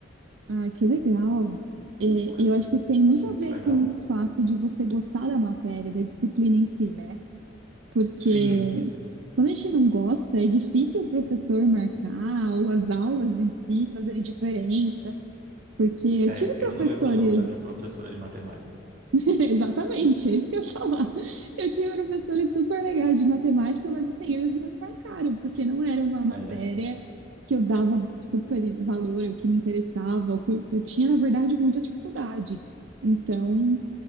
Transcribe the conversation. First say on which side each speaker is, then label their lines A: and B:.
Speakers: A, on the right; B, on the right.
A: Ah, que legal. É,
B: Então, essa
A: eu acho que tem
B: foi,
A: muito
B: isso foi
A: a
B: muito
A: ver
B: legal.
A: com o fato de você gostar da matéria, da disciplina em si, né? porque
B: Sim,
A: quando a gente não gosta, é difícil o professor marcar ou as aulas em si fazerem diferença. Porque eu
B: é,
A: tive
B: eu
A: professores,
B: não lembro o nome da minha professora de matemática.
A: <laughs> exatamente, é isso que eu ia falar. Eu tive professores super legais de matemática, mas assim, eles não me marcaram, porque não era uma matéria
B: É.
A: que eu dava super valor, ou que me interessava, ou que eu, eu tinha, na verdade, muita dificuldade. Então,